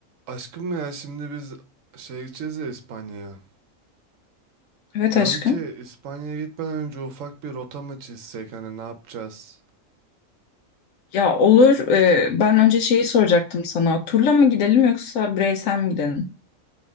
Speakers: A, on the right; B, on the left.
A: Aşkım ya şimdi biz şey gideceğiz ya İspanya'ya.
B: Evet
A: Diyorum
B: aşkım.
A: ki İspanya'ya gitmeden önce ufak bir rota mı çizsek hani ne yapacağız?
B: Ya olur. e, ben önce şeyi soracaktım sana. Turla mı gidelim yoksa bireysel mi gidelim?